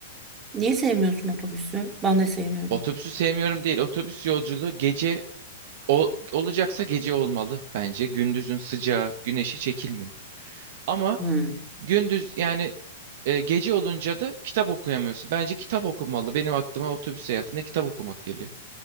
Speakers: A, on the right (about 20°); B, on the right (about 60°).
A: Niye sevmiyorsun otobüsü? Ben de sevmiyorum.
B: Otobüsü sevmiyorum değil. Otobüs yolculuğu gece o, olacaksa gece olmalı bence. Gündüzün sıcağı, güneşi çekilmiyor. Ama
A: Hmm.
B: gündüz yani e, gece olunca da kitap okuyamıyorsun. Bence kitap okumalı. Benim aklıma otobüs seyahatinde kitap okumak geliyor.